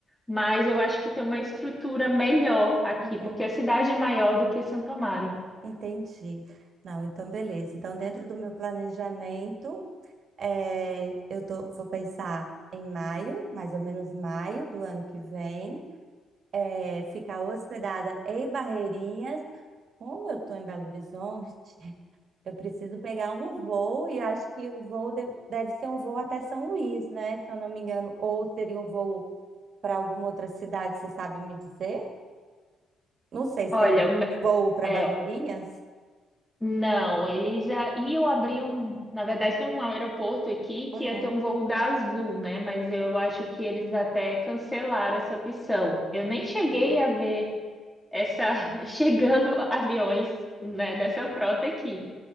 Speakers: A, in the centre; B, on the right (about 60°).
A: mas eu acho que tem uma estrutura melhor aqui,
B: Entendi.
A: porque a cidade é maior do que Santo Amaro.
B: Entendi. Não, então beleza. Então, dentro do meu planejamento, é, eu tô, vou pensar em maio, mais ou menos maio do ano que vem. é, ficar hospedada em Barreirinhas. Como eu estou em Belo Horizonte, <laughs> eu preciso pegar um voo e acho que o voo de- deve ser um voo até São Luís, né? Se eu não me engano, ou seria um voo para alguma outra cidade, você sabe me dizer? Não sei se
A: Olha,
B: tem voo para
A: é,
B: Barreirinhas.
A: Não, eles já iam abrir um. Na verdade, tem um aeroporto aqui que
B: Aham,
A: ia ter um voo da Azul, né? Mas eu acho que eles até cancelaram essa opção. Eu nem
B: aham,
A: cheguei a ver essa <laughs> chegando aviões, né, dessa frota aqui.